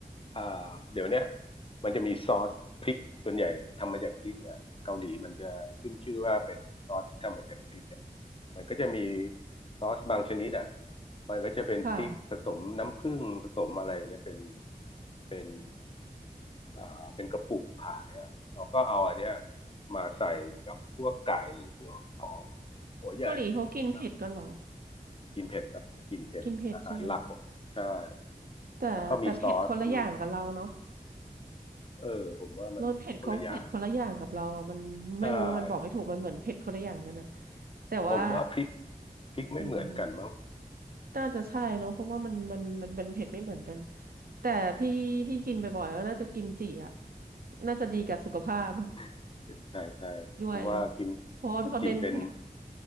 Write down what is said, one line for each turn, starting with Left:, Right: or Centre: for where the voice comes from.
Left: อ่าเดี๋ยวเนี้ยมันจะมีซอสพริกส่วนใหญ่ทำมาจากพริกเนี่ยเกาหลีมันจะขึ้นชื่อว่าเป็นซอสที่ทำมาจากพริกอ่ะมันก็จะมีซอสบางชนิดอ่ะมันก็จะเป็นพริกผสมน้ำผึ้งผสมอะไรอย่างเงี้ยเป็น
Right: ค่ะ
Left: เป็นอ่าเป็นกระปุกขายอ่ะเราก็เอาอันเนี้ยมาใส่กับพวกไก่พวกหอมหัวใหญ่อะไรอย่างเงี้ยนะ
Right: เกาหลีเขากินเผ็ดกันเหรอ
Left: กินเผ็ดครับกินเผ็ดอาหารหลัก
Right: กินเผ็ดใช่ไหม
Left: ใช่
Right: แต่แต่เผ็ดคนละอย่างกับเราเนาะ
Left: แล้วก็มีซอสอืมเออผมว่ามันคนละอย่างนะ
Right: รสเผ็ดเขาเผ็ดคนละอย่างกับเราอ่ะมันไม่รู้ว่ามันบอกไม่ถูกมันเหมือนเผ็ดคนละอย่างกันนะ
Left: ใช่
Right: แต่ว่า
Left: ผมว่าพริกพริกไม่เหมือนกันมั้ง
Right: อืมน่าจะใช่เนาะเพราะว่ามันมันมันเป็นเผ็ดไม่เหมือนกันแต่ที่ที่กินบ่อยๆก็น่าจะกิมจิอ่ะน่าจะดีกับสุขภาพ
Left: <laughs> ใช่ใช่เพราะว่ากิม
Right: <laughs> ด้วยเพราะว่าเขาเน้นผัก
Left: กิมจิเป็น